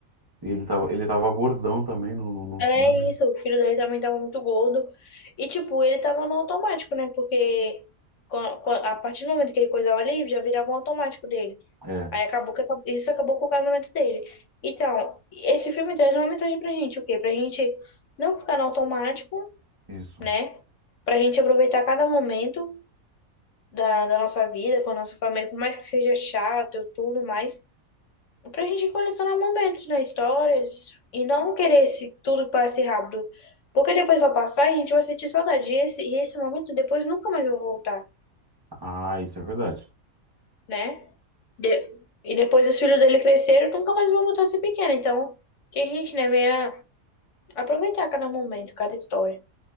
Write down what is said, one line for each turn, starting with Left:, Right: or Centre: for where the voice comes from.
Right: E Ele tava, ele tava gordão também no, no, no
Left: É
Right: filme.
Left: isso, o filho dele também tava muito gordo. E, tipo, ele tava no automático, né? Porque quan- quan- a partir do momento que ele coisava ali, já virava um automático dele.
Right: É,
Left: Aí acabou que acab- isso acabou com o casamento dele. Então, esse filme traz uma mensagem pra gente, o quê? Pra gente não ficar no automático,
Right: isso.
Left: né? Pra gente aproveitar cada momento da, da nossa vida, com a nossa família, por mais que seja chato, e tudo mais. Pra gente colecionar momentos, né? Histórias. E não querer esse, tudo que passe rápido. Porque depois vai passar e a gente vai sentir saudade. E esse, e esse momento depois nunca mais vai voltar,
Right: Ah, isso é verdade.
Left: né? De- e depois os filhos dele cresceram, nunca mais vão voltar a ser pequeno. Então, que a gente, né, venha aproveitar cada momento, cada história.